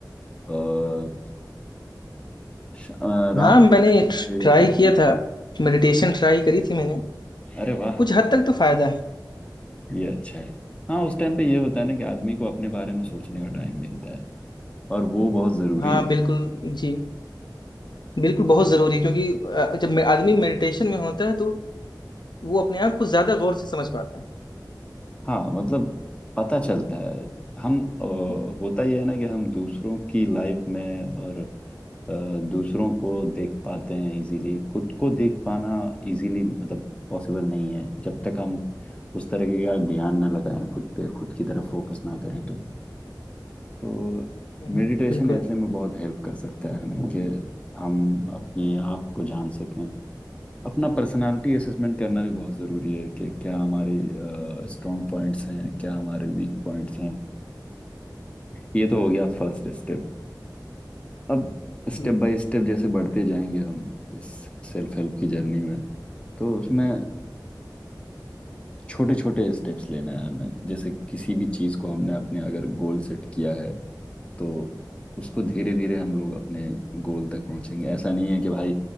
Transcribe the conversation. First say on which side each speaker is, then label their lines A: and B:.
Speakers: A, on the left; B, on the left.
A: अ, श- अ, रात
B: हाँ मैंने
A: के टाइम पे
B: ट्राई
A: या फिर सु-
B: किया था मेडिटेशन ट्राई करी थी मैंने
A: अरे वाह
B: कुछ हद तक तो फायदा है
A: ये अच्छा है हाँ उस टाइम पे ये होता है ना कि आदमी को अपने बारे में सोचने का टाइम मिलता है और वो बहुत ज़रूरी
B: हाँ
A: है
B: बिल्कुल जी बिल्कुल बहुत जरूरी है क्योंकि अ, जब मे- आदमी मेडिटेशन में होता है तो वो अपने आप को ज्यादा गौर से समझ पाता
A: हाँ मतलब पता चलता है हम अ,
B: है
A: होता ही है ना कि हम दूसरों की लाइफ में और अ, दूसरों को देख पाते हैं इजीली खुद को देख पाना इजीली मतलब पॉसिबल नहीं है जब तक हम उस तरीके का ध्यान ना लगाएं खुद पे खुद की तरफ फोकस ना करें तो तो
B: हम्म,
A: मेडिटेशन
B: बिल्कुल
A: ऐसे में बहुत हेल्प कर सकता है हमें कि हम अपने आप को जान सकें अपना पर्सनालिटी असेसमेंट करना भी बहुत ज़रूरी है कि क्या हमारी स्ट्रॉन्ग पॉइंट्स हैं क्या हमारे वीक पॉइंट्स हैं ये तो हो गया फर्स्ट स्टेप अब स्टेप
B: जी
A: बाय स्टेप जैसे बढ़ते जाएंगे हम इस सेल्फ हेल्प की जर्नी में तो उसमें छोटे छोटे स्टेप्स लेना है हमें जैसे किसी भी चीज़ को हमने अपने अगर गोल सेट किया है तो उसको धीरे धीरे हम लोग अपने गोल तक पहुंचेंगे ऐसा नहीं है कि भाई